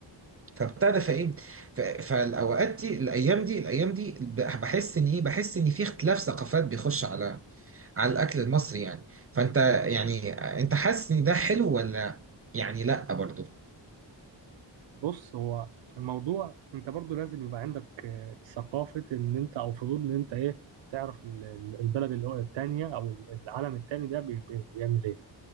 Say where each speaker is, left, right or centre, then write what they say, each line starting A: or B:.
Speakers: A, on the right; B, on the right.
A: فابتدى فايه ف- فالاوقات دي الايام دي الايام دي بحس ان ايه بحس ان في اختلاف ثقافات بيخش على على الاكل المصري يعني فانت يعني انت حاسس ان ده حلو ولا يعني لا برضو
B: بص هو الموضوع انت برضو لازم يبقى عندك آه، ثقافة ان انت او فضول ان انت ايه تعرف ال- ال- البلد اللي هو التانية او ال- العالم التاني ده بي- بي- بيعمل ايه